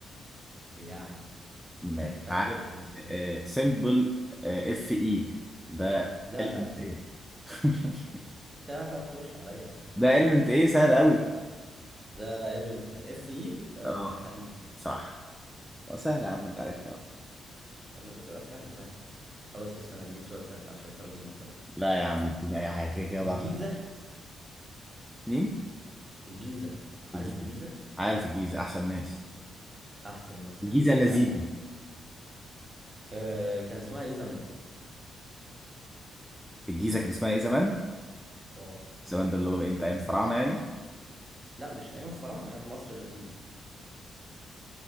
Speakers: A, on the right (about 20°); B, in the centre.
A: يعني
B: ماشي
A: خدتها
B: عارف
A: كده وأنا صغير
B: سمبل اف اي ده
A: لا
B: element
A: لا لا
B: ايه <laughs>
A: أنت هتخش عليا في
B: ده element ايه سهل قوي
A: ده element اف اي
B: اه
A: حديد
B: صح هو سهل يا عم انت عارفها أهو.
A: طب ما ده سؤال سهل فعلا خلاص استنى هديك سؤال سهل عشان انت راجل محترم
B: لا يا عم اديني اي حاجه كده كده
A: الجيزة
B: بعض مين
A: الجيزة
B: الجيزه
A: عارف الجيزة
B: عارف الجيزه احسن ناس
A: احسن ناس
B: الجيزه
A: يا عم
B: اللذيذه
A: لا يا اسطى أه كان اسمها ايه زمان
B: الجيزه كان اسمها ايه زمان
A: اه
B: زمان ده اللي هو بقى امتى ايام الفراعنه يعني
A: لا مش ايام الفراعنة أيام مصر القديمة